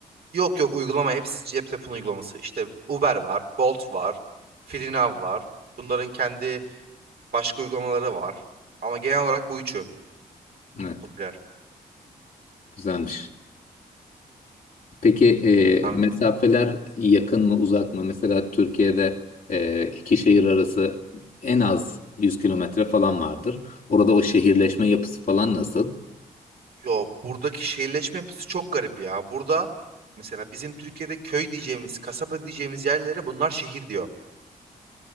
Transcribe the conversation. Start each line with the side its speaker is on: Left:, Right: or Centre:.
Right: Yok yok uygulama hepsi cep telefonu uygulaması. İşte Uber var, Bolt var, Freenow var. Bunların kendi başka uygulamaları var. Ama genel olarak bu üçü
Left: Evet.
Right: popüler.
Left: Güzelmiş. Peki
Right: Yani,
Left: e, mesafeler yakın mı uzak mı? Mesela Türkiye'de e, iki şehir arası en az 100 kilometre falan vardır. Orada o şehirleşme yapısı falan nasıl?
Right: yo, buradaki şehirleşme yapısı çok garip ya. Burada mesela bizim Türkiye'de köy diyeceğimiz, kasaba diyeceğimiz yerlere bunlar şehir diyor.